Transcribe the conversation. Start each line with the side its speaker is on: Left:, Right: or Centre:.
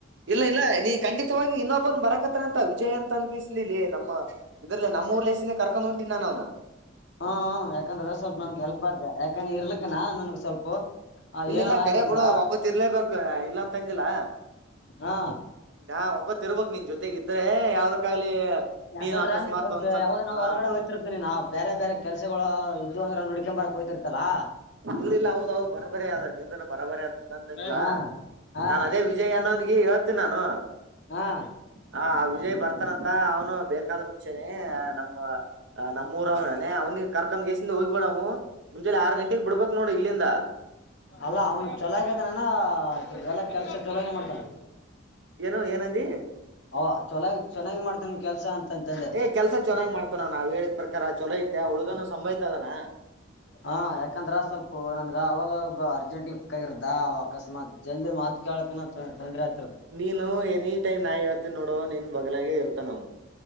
Right: ಇಲ್ಲ ಇಲ್ಲ ನೀ ಖಂಡಿತವಾಗಿ ಇನ್ನೊಬ್ಬನ್ ಬರಕತ್ತಾರ ಅಂತ ವಿಜಯ್ ಅಂತ ಅನ್ಕಸ ಇಲ್ಲಿ ನಮ್ಮ ಇದ್ರಲ್ಲ ನಮ್ಮ ಊರ್ ಲೇಸಿಂದ ಕರ್ಕೊಂಡ್ಂಟಿನ ನ್ನ
Left: ಹ್ಮ ಯಾಕಂದ್ರೆ ಸ್ವಲ್ಪ ನನ್ಗೆ ಹೆಲ್ಪ್ ಅ್ಯಾ ಯಾಕನ ಇರ್ಲಕ್ಕನಾ ನನ್ಗ್ ಸ್ವಲ್ಪ
Right: ಇಲ್ಲ
Left: ಏನನ್
Right: ಇಲ್ಲ
Left: ಆಯ್ತಂದ್ರ
Right: ಕರೆ ಬಿಡು ಒಬ್ಬ ತಿ ಇರ್ಲೇಬೇಕು ಇಲ್ಲ ಅಂತಂಗಿಲ್ಲ
Left: ಹಾ
Right: ನಾ ಒಬ್ಬ ತಿ ಇರ್ಬೇಕಕ್ ನೀನ್ ಜೊತೆಗ ಇದ್ರೆ ಯಾವ್ದಕ್ಕಾಗ್ಲಿ
Left: ಯಾಕಂದ್ರ
Right: ಅಕಸ್ಮಾತ್
Left: ನೀನ್ ಸ್ವಲ್ಪ
Right: ಒಂದ್
Left: ಯಾವದ ನಾ
Right: ಹಾ
Left: ಹೊರಗಡೆ ಹಯ್ತಿರ್ತಿನಿ ನಾ ಬೇರೆ ಬೇರೆ ಕೆಲ್ಸಗಳು ಇದ ಅ್ರ ನಡ್ಕಂಬರ ಕಯ್ತಿರ್ತಲ್ಲಾ
Right: ಂದಿಲ್ಲ ಹೌದೌ ನಿಂದನ ಬರ ಬರಿ ಅ ಇಲ್ಲ ಅಂತ ಇಲಾ
Left: ಹಾ ಹಾ
Right: ನಾ ಅದೇ ವಿಜಯ್ ಅನ್ನೋವನಿಗೆ ಹೇಳ್ತೀನ್ಿ ನಾನು
Left: ಹಾ
Right: ಹ ವಿಜಯ್ ಬರ್ತಾನಂತ ಅವ್ನು ಬೇಕಾದ ಮನುಷ್ಯನೇ ನಮ್ಮ ನಮ್ಮೂರ ಅವನು ಅವ್ನಿಗೆ ಕರ್ಕಂದ್ ಗೇಸಿಂದ ಹೋಗ್ಬೇಡವು ಮುಂಜೆ ಆರು ಗಂಟಗ್ ಬಿಡ್ಬಬೇಕಕ್ ನೋಡ ಇಲ್ಲಿಂದ
Left: ಅಲ್ಲಾ ಅವ್ನು ಚೊಲಾಗಿ ಅದಾನನ ಎಲ್ಲ ಕೆಲ್ಸ ಚಲಂಗ ಮಾಡ್ತಾನ
Right: ಏನುೋ ಏನಂದ
Left: ಅವ ಚೊಲೋ ಚೆನ್ನಾಗಿ ಮಾಡ್ತಾನ ಕೆಲ್ಸ ಅಂತಂತಂದೆ
Right: ಏ ಕೆಲ್ಸ ಚೆನ್ನಾಗ್ ಮಾಡ್ತೇನ ನಾವ್ ಹೇಳಿದ್ ಪ್ರಕಾರ ಚೊಲೋ ಇತ್ತ ಹುಡುಗನು ಸಂಭಯ್ತದಾನ
Left: ಹಾ ಯಾಕಂದ್ರೆ ಸ್ವಲ್ಪ ನನ್ಗ ಅವಾಗ ಅರ್ಜೆಂಟ್ ಇಗರ್ದ ಅಕಸ್ಮಾತ್ ಜಲ್ದಿ ಮಾತ್ ಕೇಳಕ ತೊ್ರೆ ಆತ
Right: ನೀನು ಎನಿ ಟೈಮ್ ನಾ ಹತ್ತ ನೋಡೋ ನೀನ್ ಬಗ್ಲಾಗೆ ಇರ್ತಾನ ಅವನು